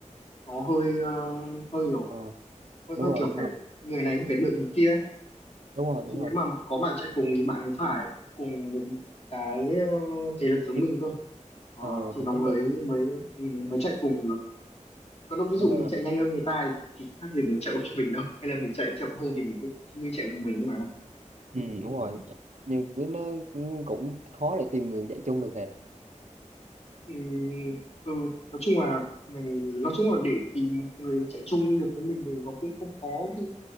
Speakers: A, on the left; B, on the right.
A: nó hơi ờ, hơi
B: Ờ,
A: hơi
B: đúng
A: hơi
B: rồi,
A: kiểu
B: đúng
A: phải
B: rồi,
A: người này cũng phải đợi người kia ấy.
B: đúng rồi, đúng
A: Thì nếu
B: rồi.
A: mà có bạn chạy cùng thì bạn ấy phải cùng những cái ờ, thể lực giống
B: Thì,
A: mình cơ Ờ,
B: Ờ,
A: thì
B: cũng
A: nó
B: tốc
A: mới
B: độ.
A: mới ừ, mới chạy cùng được còn đâu ví dụ
B: Ờ,
A: mình chạy nhanh hơn người ta ấy, thì khác gì mình chạy một mình đâu hay là mình chạy chậm hơn thì mình cũng như chạy một mình nhưng mà
B: ừ. đúng rồi. Nhưng với nó cũng khó để tìm người chạy chung được hề.
A: ừ, ừ nói chung là mình nói chung là để tìm một người chạy chung được với mình thì nó cũng không khó Ví dụ